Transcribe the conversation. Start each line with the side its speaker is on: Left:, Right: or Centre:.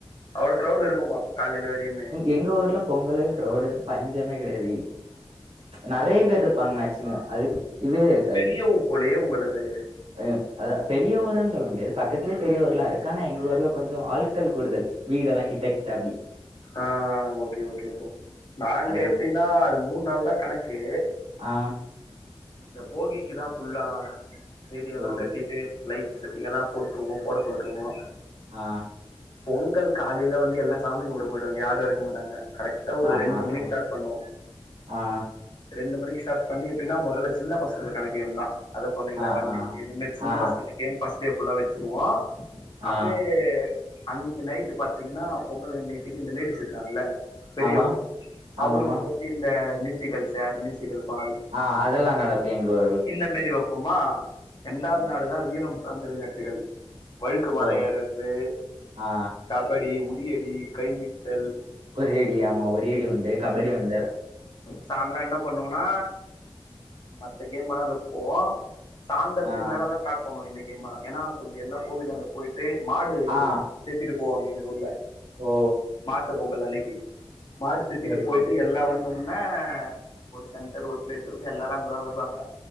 Left: அவ்ளோ க்ரௌட் இருக்குமா காலைல வரியுமே
Right: எங்கூர்ல பொங்கலுக் க்ரௌடுக்கு பஞ்சமே கெடயாது நறைய பேர்ருப்பாங்க மேக்சிமோ அதுக்கு
Left: ம்
Right: இதுவே
Left: ம்
Right: இருக்காது
Left: பெரிய ஊர் போலயே உங்களது
Right: ஆ அதா பெரிய ஊருன் சொல்ல முடியாது பக்கத்லே பெரிய ஊர்லாருக்கு ஆனா எங்க ஊர்ல கொஞ்சோ ஆள்கள் கூடுதல் வீடெல்லா கிட்ட கிட்ட அப்டி
Left: ஆ ஓகே ஓகே ப்ரோ நாங்க
Right: அதுனா
Left: எப்டின்னா அது மூன் நாள் தா கணக்கு
Right: ஆ
Left: இந்த போகிக்கி தா ஃபுல்லா ரேடியோல்லா
Right: ஓ
Left: கட்டிட்டு லைட் செட்டிங் எல்லா போட்ருவோ போட சொல்ருவோ
Right: ஆ
Left: பொங்கல் காலைல வந்து எல்லா சாமி கும்ட போய்டுவாங்க யாரு இருக்க மாட்டாங்க கரெட் ட்டா ஒரு
Right: ஆ
Left: ரெண்டு
Right: ஆ
Left: மணிக்கு
Right: ஆ
Left: ஸ்டாட் பண்ணுவோ
Right: ஆ
Left: ரெண்டு மணிக்கி ஸ்டாட் பண்ணி எப்டின்னா மொதல்ல சின்ன பசங்களுக்கான கேம் தா அத சொன்னீங்ள
Right: ஆ
Left: ரன்னிங்கு
Right: ஆ
Left: இந்த மேரி சின்ன
Right: ஆ
Left: பசங்க கேம் ஃபஸ்ட் டே ஃபுல்லா வச்சுருவோ அப்டே
Right: ஆ
Left: அன்னக்கி நைட்டு பாத்தீங்கன்னா பொங்கலன் நைட்டுக்கு இந்த லேடிஸ் இருக்காங்கல்ல பெரியவங்க
Right: ஆமா
Left: அவுங்களுக்கு
Right: ஆமாமா
Left: வந்து இந்த மியூசிக்கல் சேர் மியூசிக்கல் பால்
Right: ஆ அதெல்லா நடக்கு எங்க ஊ
Left: இந்த மாரி வெப்போமா ரெண்டாவ்து நாள்தா வீரம் சார்ந்த விளையாட்டுகள் வழுக்கு மரோ
Right: ஓ
Left: ஏர்றது
Right: ஆ
Left: கபடி உறியடி கைவித்தல்
Right: உறியடி ஆமா உறியடி உண்டு கபடி உண்டு
Left: சாய்ந்தர என்ன பண்ணுவோன்னா மத்த கேம் எல்லா வப்போ சாந்தரத்துக்கு
Right: ஆ
Left: மேலதா ஸ்டாட் பண்ணுவோ இந்த கேம் எல்லா ஏன்னா கொஞ்சோ எல்லா கோவிலாண்ட போயிட்டு மாடு
Right: ஆ
Left: சேத்திட்டு போவாங்க எங்க ஊர்ல
Right: ஓ
Left: மாட்டு பொங்கல் அன்னைக்கு மாடு தித்திட்டு
Right: செரி
Left: போயிட்டு
Right: செரி
Left: எல்லா ஒண்ணு உன்னே ஒரு சென்டர் ஒரு பிளேஸ் இருக்கு எல்லாரு அங்கதா வருவாங்க